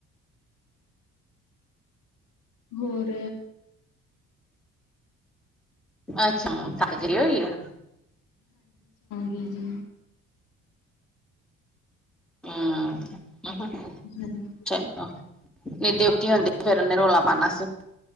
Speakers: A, on the left; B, in the centre.
A: ਹੋਰ
B: ਅੱਛਾ। ਤਕਤਰੀ ਹੋਈ ਆ <inaudible>
A: ਜੀ ਜੀ
B: ਹੂੰ
A: ਹਾਂਜੀ
B: ਚਲੋ <inaudible> ਨੀ ਤੇ ਉਠੀ ਹੁੰਦੀ, ਫੇਰ ਉਹਨੇ ਰੌਲਾ ਪਾਉਣਾ ਸੀ।